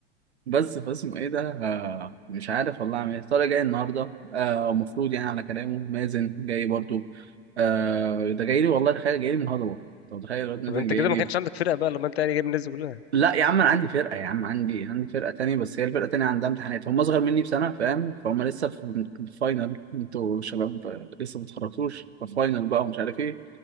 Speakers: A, on the right; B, on the left.
A: بس فاسمه ايه ده آه مش عارف والله اعمل ايه طارق جاي النهارده آه المفروض يعني على كلامه مازن جاي برضو آه ده جاي لي والله تخيل جاي لي النهارده برضه طب تخيل الواد مازن
B: طب انت
A: جاي
B: كده ما
A: لي
B: كانش عندك فرقه بقى لما انت يعني جايب الناس دي كلها
A: لا يا عم انا عندي فرقه يا عم عندي عندي فرقه تانية بس هي الفرقه التانية عندها امتحانات هم اصغر مني بسنه فاهم فهم لسه في الفاينل انتوا شباب آه، لسه ما اتخرجتوش فاينل بقى ومش عارف ايه